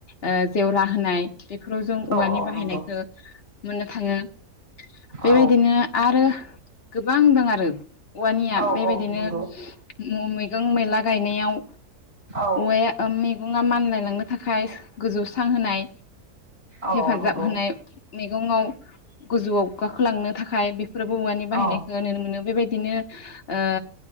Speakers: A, on the left (about 40°); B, on the right (about 55°).
A: ओ जेवरा होनाय बेफोराव जों
B: औ
A: औवानि
B: औ
A: बाहायनायखौ
B: नंगौ
A: मोननो थाङो। बेबायदिनो
B: औ
A: आरो गोबां दं आरो औवानिया
B: औ
A: बेबायदिनो
B: औ नंगौ
A: मैगं मैला गायनायाव
B: औ
A: औवाया <unintelligible> ना मानलायलांनो थाखाय गोजौ स्रां होनाय
B: औ
A: हेफाजाब
B: नंगौ
A: होनाय। मैगङाव गोजौआव गाखोलांनो थाखाय बे बेफोरबो औवानि बाहायनायखौ
B: औ
A: नुनो मोनो बेबायदि ओ बिदिनो